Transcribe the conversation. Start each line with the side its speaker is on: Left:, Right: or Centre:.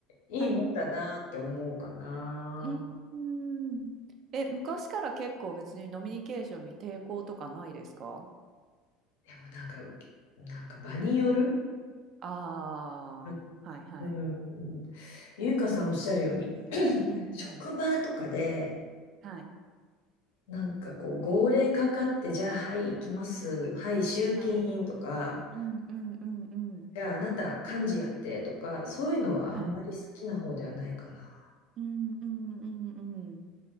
Left: いいもんだなって思うかな。
Right: はい。うんうんえ、昔から結構別にノミニケーションに抵抗とかないですか
Left: でもなんか、なんか場による。
Right: ああー、
Left: う
Right: はいはい。
Left: ん、うんゆうかさんおっしゃるように、<clears throat>
Right: うんうん。
Left: 職場とかで、
Right: はい。
Left: なんかこう、号令かかって、じゃあ、はい、行きます。はい、集金員とか、
Right: はい。うんうんうんうん。
Left: じゃあ、あなた、幹事やって、とか、そういうのはあんまり好きな方ではないかな。
Right: はい。うんうんうんうん。